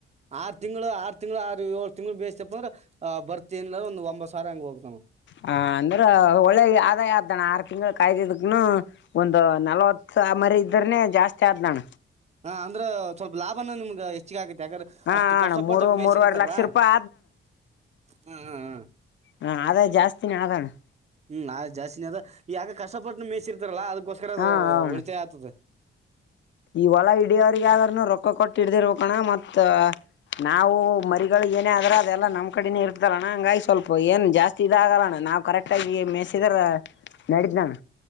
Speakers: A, on the right; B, on the left.
A: ಆರು ತಿಂಗಳು ಆರು ತಿಂಗಳು ಆರ ಏಳ್ ತಿಂಗಳುಳ ಬೇಸ್ತಪ್ಪ ಅ್ರ ಆ ಬರ್ತತಿ ಇಲ್ಲ ಒಂಬ್ ಸಾವರ ಹಂಗ ಹೋಗ
B: ಹಾ ಅಂದ್ರ ಒಳೆ ಆದಾಯ ಆರ್ ತಿಂಗಳ ಕಾಯ್ದಿದಕ್ಕನು ಒಂದು ನಲ್ವತ್ತು ಮರಿ ಇದ್ರನೆ ಜಾಸ್ತಿ ಆದ್ನಣ.
A: ಹಾ ಅಂದ್ರ ಸ್ವಲ್ಪ ಲಾಭನ ನಿಮ್ಗ ಹೆಚ್ಚಿಗ ಆಗ
B: ಹಾ
A: ಅಷ್ಟು ಕಷ್ಟಪಟ್ಟಕ್
B: ಅಣ್ಣ ಮೂರು
A: ಬೇಸರ್ತಾರಲ್ಲ
B: ಮೂರುವರೆ ಲಕ್ಷ ರೂಪಾಯಿ
A: ಹ್ಮ ಹ್ಮ್ ಹ್ಮ
B: ಹಾ ಆದ ಜಾಸ್ತಿನ ಆದಣಾ
A: ಹ್ಮ್ ಜಾಸ್ತಿನೇ ಅದ ಈ ಯಗ ಕಷ್ಟಪಟ್ಟನ ಮೇಸ್ ಇರ್ತಾರಲ್ಲಾ ಅದಕ್ಕೋಸ್ಕರ ಅದು
B: ಹಾ ಹಣ
A: ಉಳಿತಾಯ ಆಗ್ತದ.
B: ಈ ಹೊಲ ಇಡಿಯವ್ರಗಾದ್ರೂನು ರೊಕ್ಕ ಕೊಟ್ಟ ಇಡ್ದಿರ್ ಬೇಕಣ ಮತ್ತ ನಾವು ಮರಿಗಳಿಗ ಏನೇ ಆದ್ರು ಅದೆಲ್ಲಾ ನಮ್ಮ ಕಡೇನೇ ಇರ್ತದಲ್ಲಣ್ಣ ಹಂಗಾಗಿ ಸ್ವಲ್ಪ ಏನ್ ಜಾಸ್ತಿ ಇದ ಆಗಲ್ಲಣ್ಣ. ನಾವು ಕರೆಕ್ಟ್ ಆಗ ಮೇಸಿದ್ರ ನಡಿತದಣ್ಣ